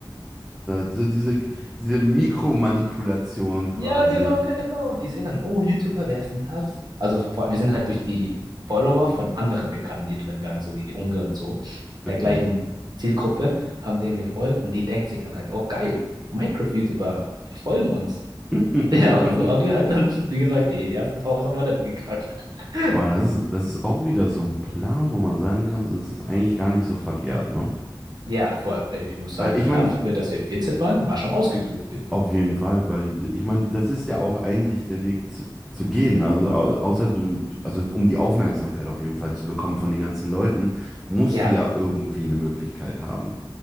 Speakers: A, in the centre; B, on the right (about 50°).
A: so diese, diese Mikromanipulation quasi.
B: Ja, genau, genau. Die sehen dann, oh, YouTuber, wer ist denn das? Also vor- wir sind halt durch die Follower von anderen bekannten YouTubern gegangen, so wie Unge und so,
A: Okay.
B: der gleichen Zielgruppe, haben denen gefolgt und die denken sich dann halt, oh geil, Minecraft-YouTuber, die folgen uns. <laughs>
A: <laughs>
B: Ja, und so haben wir halt dann, wie gesagt, die ersten tausend Abonnenten geknackt. <laughs>
A: Boah, das ist, das ist auch wieder so ein Plan, wo man sagen kann, so, das ist eigentlich gar nicht so verkehrt, ne?
B: Ja, vor, ich muss sagen,
A: Weil ich
B: dafür,
A: meine,
B: dass wir 14 waren, war schon ausgeklügelt.
A: auf jeden Fall, weil d- ich meine, das ist ja au- eigentlich der Weg zu, zu gehen. Also au- außer du, du- also um die Aufmerksamkeit auf jeden Fall zu bekommen von den ganzen Leuten, musst
B: Ja,
A: du ja irgendwie eine Möglichkeit haben.